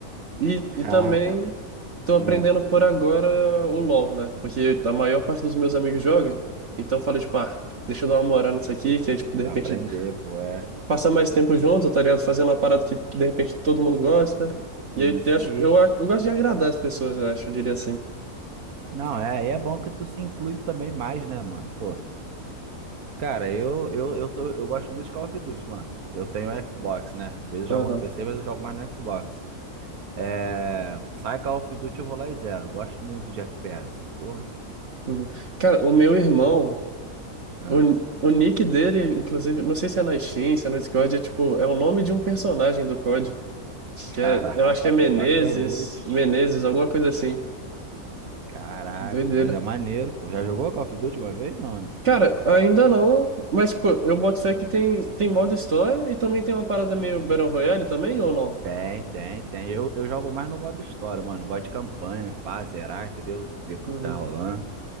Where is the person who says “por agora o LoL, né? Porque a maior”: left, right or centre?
Right